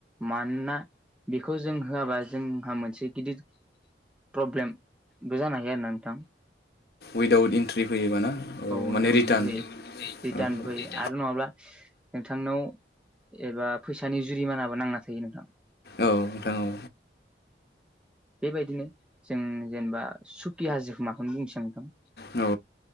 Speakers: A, in the centre; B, on the left.
A: मानोना बेखौ जों होआबा जोंहा मोनसे गिदिर प्रब्लेमबो जानो हायो आरो ना नोंथां
B: उइदाउट इन्ट्रि फैयोबाना औ
A: उइदाव
B: माने
A: बिदि
B: रिटार्न
A: फैयो रिटार्नबो
B: औ
A: फैयो आरो नङाब्ला नोंथांनाव एबा फैसानि जुरिमानाबो नांना थायो नोंथां।
B: औ नोंथां औ
A: बेबायदिनो जों जेनेबा सुखि हाजोमाखौनो बुंनोसै नोंथां
B: औ